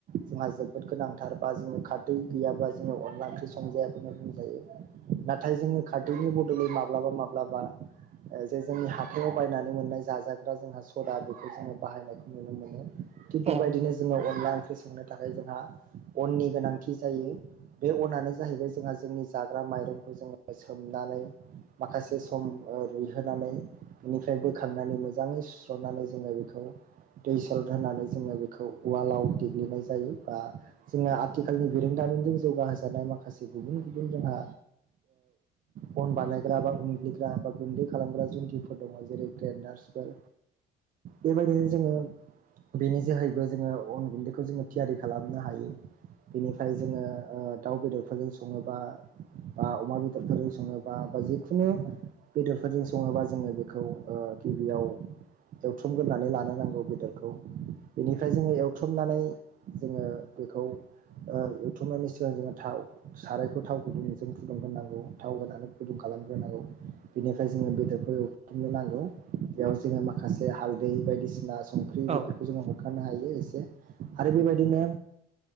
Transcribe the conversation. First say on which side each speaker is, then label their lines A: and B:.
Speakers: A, on the right; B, on the right.
A: जोंहा जोबोद गोनांथार बा जोङो खारदै गैयाबा जोंङो अन अनला ओंख्रि संजायाखौनो बुंजायो नाथाय जोंङो खारदैनि बदलै माब्लाबा माब्लाबा जे जोंनि हाथायाव बायनानै मोननाय जाजाग्रा जोंहा सदा बेखौ जोंङो बाहायनायखौ नुनो मोनो। थिग बेबायदिनो
B: औ
A: जोंङो अनला ओंख्रि संनो थाखाय जोंहा अननि गोनांथि जायो। बे अनानो जाहैबाय जोंहा जोंनि जाग्रा माइरंखौ जोंङो सोमनानै माखासे सम रुइहोनानै बेनिफ्राय बोखांनानै मोजाङै सुस्र'नानै जोंङो बिखौ दै सलद होनानै जोंङो बेखौ उवालाव देग्लिनाय जायो। बा जोंङो आथिखालनि बिरोंदामिनजों जौगाहजानाय माखासे गुबुन गुबुन जोंहा ओ अन बानायग्रा बा उनग्लिग्रा बा गुन्दै खालामग्रा जुंन्थिफोर दङ जेरै ग्रेन्डारसफोर बेबायदिनो जोंङो बेनि जोहैबो जोंङो अन गुन्दैखौ जोंङो थियारि खालामनो हायो बेनिफ्राय जोंङो ओ दाउ बेदरफोरजों संङोबा बा अमा बेदरफोरजों संङोबा बा बा जिखुनु बेदरफोरजों सङोबा जोंङो बेखौ ओ गिबियाव एवथ्रुमग्रोनानै लानो नांगौ बेदरखौ। बेनिफ्राय जोंङो एवथुमनानै जोंङो बेखौ एवथुमनानै जोंङो थाव सारायखौ थाव गुदुं जों फुदुंग्रोनांगौ थाव होनानै फुदुं खालामग्रोनांगौ। बेनिफ्राय जोंङो बेदरखौ एवथुमनो नांगौ बेयाव जोंङो माखासे हालदै बायदिसिना संख्रि
B: औ
A: बेफोरखौ
B: ओ
A: जोंङो होखारनो हायो एसे आरो बेबायदिनो